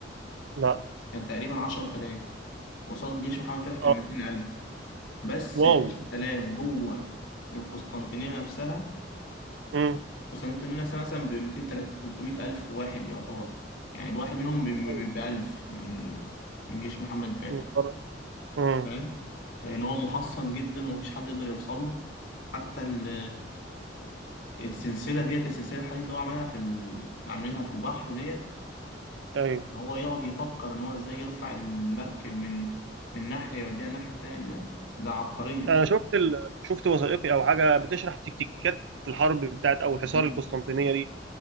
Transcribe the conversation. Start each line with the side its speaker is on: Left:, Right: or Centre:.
Right: لا
Left: كان تقريبا 10000 قصاد جيش محمد فتح كان
Right: اه
Left: 200000 بس
Right: واو
Left: 10000 جوه القسطنطينية نفسها
Right: امم
Left: القسطنطينية نفسها مثلا ب 200 300000 واحد يعتبر يعني الواحد منهم
Right: ايوه
Left: ب 1000 من من جيش محمد فتح
Right: من بره. امم
Left: فاهم لأن هو محصن جدا ومفيش حد يقدر يوصل له حتى ال- السلسلة ديت السلسلة الحديد اللي هو عملها في ال... عاملينها في البحر ديت
Right: ايوه
Left: ان هو يقعد يفكر ان هو ازاي يرفع المركب من من ناحية يوديها الناحية التانية ده ده عبقرية
Right: انا شفت ال... شفت وثائقي او حاجه بتشرح تكتيكات الحرب بتاعت او حصار
Left: مم.
Right: القسطنطينيه دي